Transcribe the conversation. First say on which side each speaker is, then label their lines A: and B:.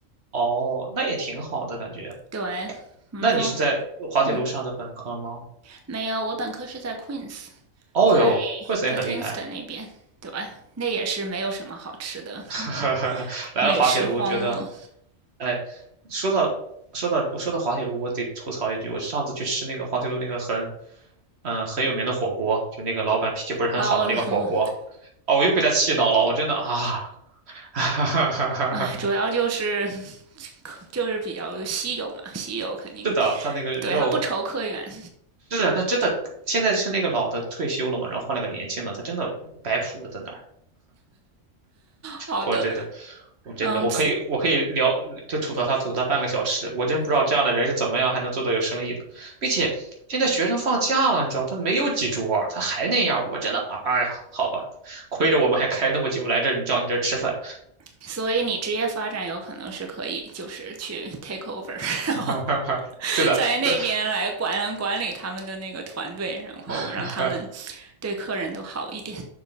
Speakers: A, on the right; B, on the right.
A: 哦，那也挺好的感觉。
B: 对，我们中
A: 那你是在滑铁卢上的本科吗？
B: 嗯没有，我本科是在 Queens，
A: 哦哟，
B: 在
A: 惠子也很厉害，
B: 在 Kingston 那边。对，吧？那也是没有什么好吃的，
A: <laughs>
B: 嗯
A: 来了滑铁卢觉得
B: 美食荒漠。
A: 哎，说到说到我说到滑铁卢，我得吐槽一句，我上次去吃那个滑铁卢那个很，嗯、呃很有名的火锅，就那个老板脾气不是很好的那个火锅，
B: 然后，
A: 哦，我又被他气到了，我真的啊，<laughs> 哈哈哈
B: 哎，主要就是就是比较稀有嘛，稀有肯定
A: 是的，他那个肉，
B: 对他不愁客源。
A: 是的，他真的现在是那个老的退休了嘛，然后换了个年轻的，他真的摆谱在那儿，
B: 好的，
A: 我真的，我真的，
B: 嗯，
A: 我可以，我可以聊，就吐槽他，吐槽他半个小时。我真不知道这样的人是怎么样还能做到有生意的，并且现在学生放假了，你知道，他没有几桌他还那样，我真的，啊哎呀，好吧，亏着我们还开那么久来这儿，你叫你这儿吃饭。
B: 所以你职业发展有可能是可以，就是去 take over，<laughs> 然后
A: <laughs> 对的，
B: 在那边来管管理他们的那个团队，
A: 对，
B: 然后让他们
A: <laughs>
B: 对客人都好一点。